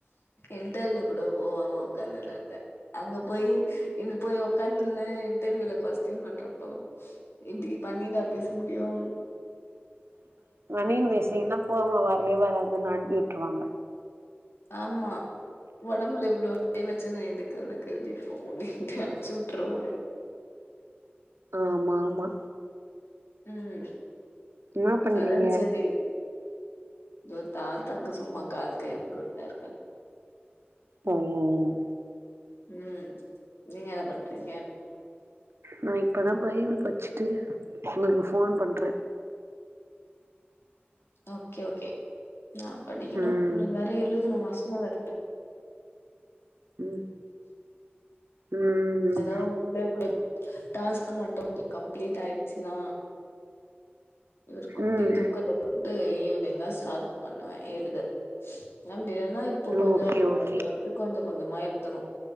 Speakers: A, on the left (about 75°); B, on the right (about 80°).
A: இன்டர்வியூ கூட போவாம உக்காந்துன்னே இருக்கே அங்க போய் இ போய் உட்காந்து இன்டர்வியூல கொஸ்டின் பண்றப்போ இப்படி பண்ணிதா பேச முடியும்
B: <unintelligible> ஒரே வாராகுனு அனுப்பி விட்டுருவாங்க
A: ஆமா உடம்புல இவ்வளவு <inaudible> எதுக்கு உனக்கு அப்படிண்ட்டு <unintelligible> அனுப்புச்சு விட்டுருவாங்க
B: ஆமா ஆமா
A: ம்
B: என்ன பண்றீங்க
A: அதா செரி தோ தாத்தக்கு சும்மா கால் கை அமுக்கிவிட்டுனு இருக்கே
B: ம் ம் ம்
A: ம் நீங்க என்ன பண்றீங்க
B: நா இப்பதா பைபிள் படிச்சே ட்டு உங்களுக்கு ஃபோன் பண்ணுறே
A: ஓகே ஓகே நா படிக்கணு
B: ம்
A: இவனுங்க வேற எழுதனு வா சின்ன <inaudible>
B: ம் ம்
A: அதா உ <unintelligible> டாஸ்க் மட்டு இந்த் கம்ப்ளீட் ஆயிடுச்சுனா ஒரு குட்டி
B: ம்
A: தூக்கத்த து ஈவ்னிங் தா ஸ்டாட் பண்ணுவே எழுத நம் இல்லனா இப்ப கொஞ்சோ
B: ஓகே
A: அப்ப
B: ஓகே
A: கொஞ்சோட்டு கொஞ்ச கொஞ்சமா எழுதனு